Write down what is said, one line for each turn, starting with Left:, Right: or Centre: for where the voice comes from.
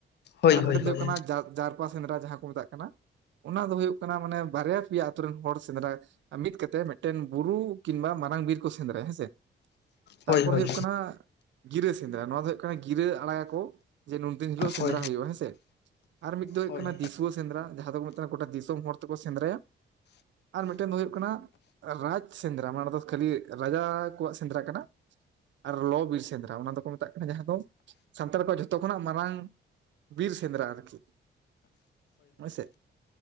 Left: ᱦᱳᱭ
Right: ᱟᱨ
Left: ᱦᱳᱭ
Right: ᱢᱤᱫᱴᱮᱱ
Left: ᱦᱳᱭ ᱦᱳᱭ
Right: ᱫᱚ ᱦᱩᱭᱩᱜ ᱠᱟᱱᱟ ᱡᱟ-ᱡᱟᱨᱯᱟ ᱥᱮᱸᱫᱽᱨᱟ ᱡᱟᱦᱟᱸ ᱠᱚ ᱢᱮᱛᱟᱜ ᱠᱟᱱᱟ᱾ ᱚᱱᱟ ᱫᱚ ᱦᱩᱭᱩᱜ ᱠᱟᱱᱟ ᱢᱟᱱᱮ ᱵᱟᱨᱭᱟ ᱯᱮᱭᱟ ᱟᱛᱩ ᱨᱮᱱ ᱦᱚᱲ ᱥᱮᱸᱫᱽᱨᱟ ᱢᱤᱫ ᱠᱟᱛᱮ ᱛᱮ ᱢᱤᱫᱴᱮᱱ ᱵᱩᱨᱩ ᱠᱤᱱᱵᱟ ᱢᱟᱨᱟᱝ ᱵᱤᱨ ᱠᱚ ᱥᱮᱸᱫᱽᱨᱟᱭᱟ ᱦᱮᱸᱥᱮ᱾ ᱛᱟᱨᱯᱚᱨ
Left: ᱦᱳᱭ ᱦᱳᱭ ᱦᱳᱭ
Right: ᱦᱩᱭᱩᱜ ᱠᱟᱱᱟ ᱜᱤᱨᱟᱹ ᱥᱮᱸᱫᱽᱨᱟ ᱱᱚᱣᱟ ᱫᱚ ᱦᱩᱭᱩᱜ ᱠᱟᱱᱟ ᱜᱤᱨᱟᱹ ᱟᱲᱟᱜᱟ ᱠᱚ᱾ ᱡᱮ ᱱᱩᱱᱫᱤᱱ ᱦᱤᱞᱳᱜ ᱥᱮᱸᱫᱽᱨᱟ
Left: ᱦᱳᱭ ᱦᱳᱭ ᱦᱳᱭ ᱦᱳᱭ
Right: ᱦᱩᱭᱩᱜ-ᱟ ᱦᱮᱸᱥᱮ ᱟᱨ ᱢᱤᱫ ᱫᱚ ᱦᱩᱭᱩᱜ
Left: ᱦᱳᱭ
Right: ᱠᱟᱱᱟ
Left: ᱦᱳᱭ ᱦᱳᱭ ᱦᱳᱭ ᱦᱳᱭ ᱦᱳᱭ
Right: ᱫᱤᱥᱣᱟᱹ ᱥᱮᱸᱫᱽᱨᱟ ᱡᱟᱦᱟᱸ ᱫᱚᱵᱚ ᱛᱟᱞᱦᱮ ᱜᱚᱴᱟ ᱫᱤᱥᱚᱢ ᱦᱚᱲ ᱛᱮᱠᱚ ᱥᱮᱸᱫᱽᱨᱟᱭᱟ ᱟᱨ ᱢᱤᱫᱴᱮᱱ ᱫᱚ ᱦᱩᱭᱩᱜ ᱠᱟᱱᱟ ᱨᱟᱡᱽ ᱥᱮᱸᱫᱽᱨᱟ᱾ ᱢᱟᱱᱮ ᱚᱱᱟ ᱫᱚ ᱠᱷᱟᱹᱞᱤ ᱨᱟᱡᱟ ᱠᱚᱣᱟᱜ ᱥᱮᱸᱫᱽᱨᱟ ᱠᱟᱱᱟ ᱟᱨ ᱞᱚᱵ ᱵᱤᱨ ᱥᱮᱸᱫᱽᱨᱟ᱾ ᱚᱱᱟ ᱫᱚᱠᱚ ᱢᱮᱛᱟᱜ ᱠᱟᱱᱟ ᱡᱟᱦᱟᱸ ᱫᱚ ᱥᱟᱱᱛᱟᱲ ᱠᱚᱣᱟᱜ ᱡᱷᱚᱛᱚ ᱠᱷᱚᱱᱟᱜ ᱢᱟᱨᱟᱝ ᱵᱤᱨ ᱥᱮᱸᱫᱽᱨᱟ ᱟᱨᱠᱤ᱾ ᱦᱳᱭᱥᱮ᱾